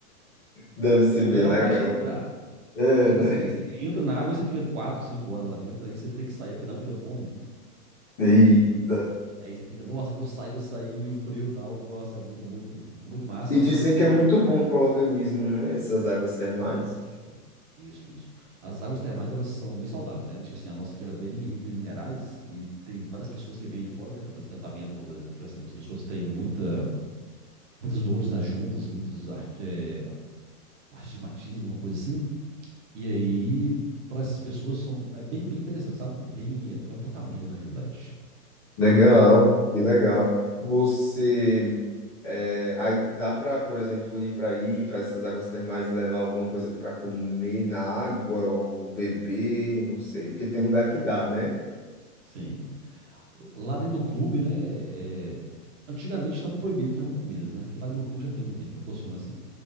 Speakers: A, on the left; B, on the right.
A: deve ser
B: A
A: bem
B: melhor
A: legal.
B: parte é entrar.
A: É,
B: Só
A: né?
B: que assim, você entra na água e você fica 4, 5 horas lá dentro, aí você tem que sair porque dá muita fome.
A: Eita.
B: E, e aí você fica, nossa, vou sair, vou sair, e o frio e tal. Nossa, é muito, muito, é muito massa,
A: E
B: mas.
A: dizem que é muito bom para o organismo, né? Essas águas termais.
B: Isso, isso, isso. As águas termais, elas são bem saudáveis, né? Tipo assim, a nossa aqui ela é bem rica em minerais e tem várias pessoas que vêm de fora, né, para fazer tratamento, igual, por ex- por exemplo, as pessoas têm muita, muitas dores nas juntas, muitos ar- eh, astigmatismo, alguma coisa assim. E aí, para essas pessoas, são, é bem, bem interessante, sabe? É bem, é é um tratamento na realidade.
A: Legal, que legal. Você. É, aí dá para, por exemplo, ir para aí, para essas águas termais, levar alguma coisa para comer na água ou beber, não sei, porque tem lugar que dá, né?
B: Sim. Lá dentro do clube, né? é, antigamente estava proibido entrar com comidas, né? Porque lá dentro do clube já tem também, proporciona assim.